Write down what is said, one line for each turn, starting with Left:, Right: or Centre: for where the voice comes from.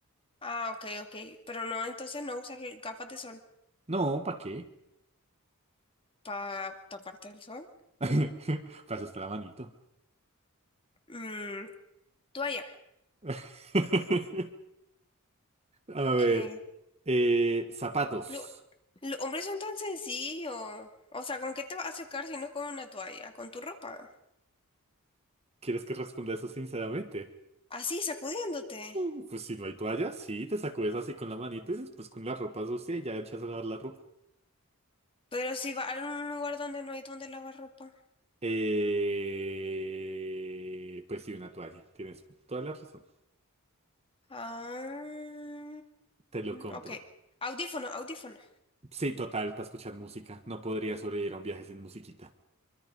Left: Ah, ok, ok. Pero no, entonces no usas l- gafas de sol
Right: No, ¿para qué?
Left: para taparte del sol.
Right: <laughs> Para eso está la manito.
Left: Mm, toalla.
Right: <laughs> A ver.
Left: ¿Qué?
Right: eh, zapatos.
Left: Lo- los hombres son tan sencillos. O sea, ¿con qué te vas a secar si no es con una toalla? Con tu ropa.
Right: ¿Quieres que responda eso sinceramente?
Left: Así, sacudiéndote.
Right: Mm, Pues si no hay toalla, sí, te sacudes así con la manito y después con la ropa sucia y ya echas a lavar la ropa.
Left: Pero si vas a un lugar donde no hay donde lavar ropa.
Right: Eh, pues sí, una toalla. Tienes toda la razón.
Left: Ah,
Right: Te lo compro.
Left: ok. Audífono, audífono.
Right: Sí, total, para escuchar música. No podría sobrevivir a un viaje sin musiquita.